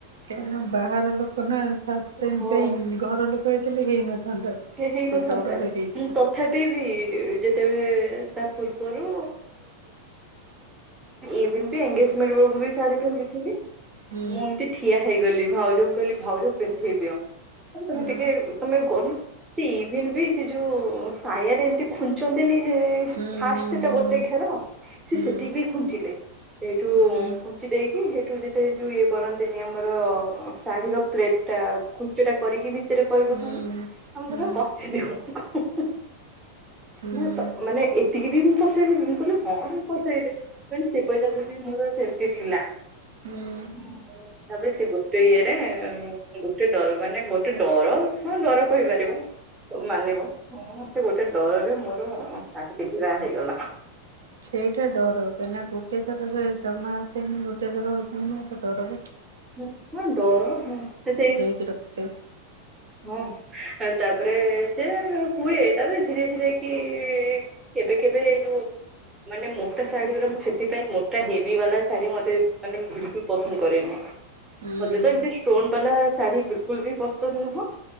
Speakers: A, on the right (about 65°); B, on the right (about 20°).
A: କାହିଁକିନା ବାହାର ଲୋକ ନା ଫାଷ୍ଟ ଟାଇମ୍
B: ହଁ
A: ପାଇଁ, ଘର ଲୋକ ହେଇଥିଲେ ହେଇନଥାନ୍ତା।
B: ସିଏ ହେଇନଥାନ୍ତା,
A: ସେ ଡରରେ ହେଇଯିବ
B: ମୁଁ ଟୋ ତଥାପି ବି ଯେତେବେଳେ ତା ପୂର୍ବରୁ ଇଭିନ୍ ବି ଏନ୍ଗେଜମେଣ୍ଟ ବେଳକୁ ବି ଶାଢୀ ପିନ୍ଧିଥିଲି।
A: ହୁଁ
B: ମୁଁ ଏମ୍ତି ଠିଆ ହେଇଗଲି, ଭାଉଜଙ୍କୁ କହିଲି ଭାଉଜ ପିନ୍ଧେଇ ଦିଅ। ଖାଲି ତମେ
A: ହୁଁ
B: ଟିକେ ତମେ <unintelligible> ସେ ଇଭିନ୍ ବି ସେ ଯୋଉ ସାୟାରେ ଏମିତି ଖୁଛନ୍ତିନି ଯେ
A: ହୁଁ
B: ଫାର୍ଷ୍ଟ ଟା
A: ହୁଁ
B: ଗୋଟେ ଘେର ସେ
A: ହୁଁ
B: ସେତିକି ବି ଖୁଞ୍ଚିଲେ। ସେଇଠୁ
A: ହୁଁ ହୁଁ
B: ଖୁଞ୍ଚି ଦେଇକି ସେଇଠୁ ଯେତେ ଯୋଉ ଇଏ କରନ୍ତିନି ଆମର ଶାଢୀର ପ୍ଲେଟ ଟା ଖୁଞ୍ଚଟା କରିକି ଭିତେରେ <unintelligible>
A: ହୁଁ
B: ଆମେ
A: ହୁଁ
B: କହିଲୁ
A: ହୁଁ
B: ପସେଇ ଦିଅ, ହୁଁ-ହୁଁ-ହୁଁ।
A: ହୁଁ
B: ନା ତ ମାନେ ଏତିକି ବି ମୁଁ ପସେଇଦବି, ମୁଁ କହିଲି ହଁ ପସେଇଦିଅ। ଦେନ୍ ସେ ପର୍ଯ୍ୟନ୍ତ ବି ମୋର ସେମ୍ତି ଥିଲା।
A: ହୁଁ।
B: <inaudible> ତାପରେ ସେ ଗୋଟେ ଇଏରେ ଗୋଟେ ଡର ମାନେ ଗୋଟେ ଡର ହଁ ଡର କହିପାରିବ ମାନିବ। ହଁ ସେ ଗୋଟେ ଡରରେ ମୋର ଶାଢୀ ପିନ୍ଧିବା ହେଇଗଲା।
A: ସେଇଟା ଡର କାହିଁକି ନା ଗୋଟେ ଥରରେ ଜମା ଆସେନି ଗୋଟେ ଥର ହଉଚି ମାନେ ଏଇଟା ଡର ବା।
B: ହୁଁ ନା ଡର ହଁ ସେ ସେଇ
A: ରଖି ତ
B: ହଁ ତାପରେ ସେ ହୁଏ ତାପରେ ଧୀରେ ଧୀରେ କି କେବେ କେବେ ଏ ଯୋଉ ମାନେ ମୋଟା ଶାଢୀ ଗୁରା ମୁଁ ସେଥିପାଇଁ ମୋଟା ହେଭି ବାଲା ଶାଢୀ ମତେ ମାନେ ବିଲକୁଲ ପସନ୍ଦ କରେନି।
A: ହୁଁ
B: ମୋତେ ତ ଏମିତି ଷ୍ଟୋନ୍ ବାଲା ଶାଢୀ ବିଲକୁଲ ବି ପସନ୍ଦ ନୁହଁ।